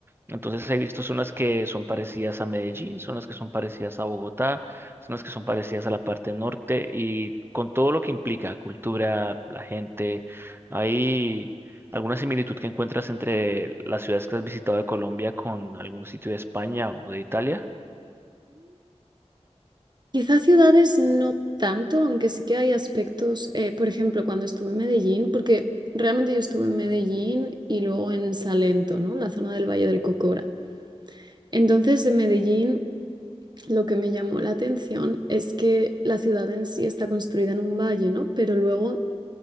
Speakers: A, on the right; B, on the right.
A: Entonces he visto zonas que son parecidas a Medellín, zonas que son parecidas a Bogotá, zonas que son parecidas a la parte norte y con todo lo que implica, cultura, la gente, hay alguna similitud que encuentras entre las ciudades que has visitado de Colombia con algún sitio de España o de Italia.
B: Quizás ciudades no tanto, aunque sí que hay aspectos, eh, por ejemplo, cuando estuve en Medellín, porque realmente yo estuve en Medellín y luego en Salento, ¿no? La zona del Valle del Cocora. Entonces, de Medellín, lo que me llamó la atención es que la ciudad en sí está construida en un valle, ¿no? Pero luego